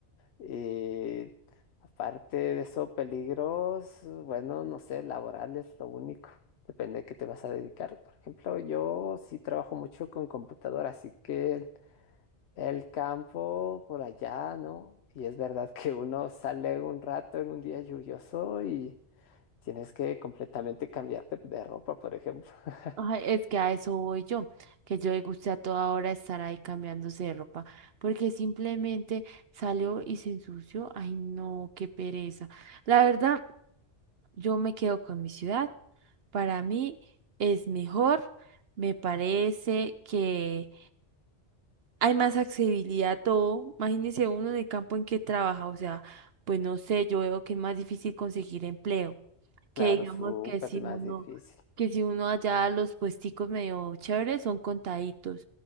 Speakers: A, on the left; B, on the right.
A: Y aparte de eso, peligros, bueno, no sé, laborales, lo único. Depende de qué te vas a dedicar. Por ejemplo, yo sí trabajo mucho con computadora, así que el, el campo por allá, ¿no? Y es verdad que uno sale un rato en un día lluvioso y Tienes que completamente cambiarte de ropa, por ejemplo. <laughs>
B: Ay, es que a eso voy yo, que yo le gusta a toda hora estar ahí cambiándose de ropa, porque simplemente salió y se ensució. Ay, no, qué pereza. La verdad, yo me quedo con mi ciudad. Para mí es mejor. Me parece que hay más accesibilidad a todo. Imagínese uno en el campo en que trabaja, o sea, pues no sé, yo veo que es más difícil conseguir empleo.
A: Claro,
B: que digamos
A: súper
B: que si
A: más
B: uno,
A: difícil.
B: que si uno allá los puesticos medio chéveres son contaditos